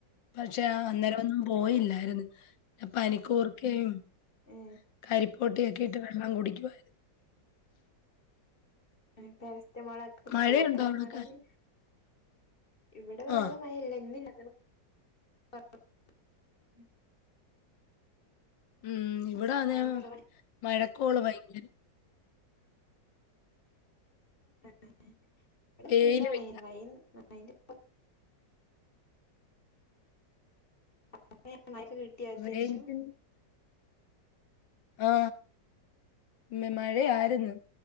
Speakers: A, on the left (about 85°); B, on the left (about 30°).
A: പക്ഷെ ആ അന്നേരം ഒന്നും - പോയില്ലായിരുന്നു പനിക്കൂർ- ം <unintelligible>
B: ഏ
A: കരിപ്പോട്ടി ഒക്കെ ഇട്ട് വെള്ളം കുടിക്കുമായിരുന്നു
B: ഉ പ <unintelligible> മളത്ത <unintelligible> കുടിച്ചോ
A: മഴയുണ്ടോ
B: പനി
A: അവിടൊക്കെ?
B: മാറാന് ഇവിടെ വരാതെ
A: ആ.
B: മഴ ഇല്ല ഇന്നില്ല പാർഹജ്ജ് <unintelligible>
A: ഉംമ് ഇവിടെ ആനേ
B: ഇന്ന് കൊറവാ
A: മഴ കോള് ഭയങ്കരമം
B: അ <unintelligible> എടെ <unintelligible>
A: വെയിലുമില്ല.
B: കടയിലാണെ മയ ഉണ്ട് നന്നായിട്ട് <unintelligible> മ്മായിക്ക് കിട്ടിയാ അത്യാവശ്യം.
A: റേഞ്ചിൻ ആ മ മഴ ആര്ന്ന്.